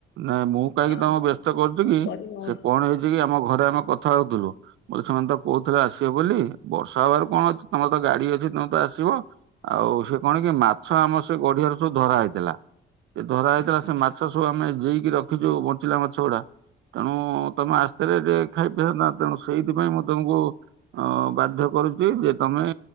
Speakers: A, on the right; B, on the left.
A: ନାଇ ମୁଁ କାହିଁକି
B: ଆଉ
A: ତମକୁ ବ୍ୟସ୍ତ କରୁଛି
B: କଣ
A: କି
B: କରିବା
A: ସେ
B: ଆଉ
A: କଣ ହେଇଛି କି ଆମ ଘରେ ଆମେ କ ଥା ହଉଥିଲୁ ବୋଲେ ସେମାନେ ତ କହୁଥିଲେ ଆସିବେ ବୋଲି ବର୍ଷା ହେବାରୁ କଣ ଅଛି ତମର ତ ଗାଡି ଅଛି ତମେ ତ ଆସି ଯିବ ଆଉ ସେ କଣ କି ମାଛ ଆମର ସେ ଗଡିିଆରେ ସବୁ ଧରା ହେଇଥିଲା ସେ ଧରା ହେଇଥିଲା। ସେ ମାଛ ସବୁ ଆମେ ଯଇକି ରଖିଛୁ ବଞ୍ଚିଲା ମାଛ ଗୁଡା। ତେଣୁ ତମେ ଆସ୍ତିଲେ ଟିକେ ଖାଇ ପିନ୍ତା ତେଣୁ ସେଇଥିପାଇଁ ମୁଁ ତମକୁ ଅ ବାଧ୍ୟ କରୁଛି ଯେ ତମେ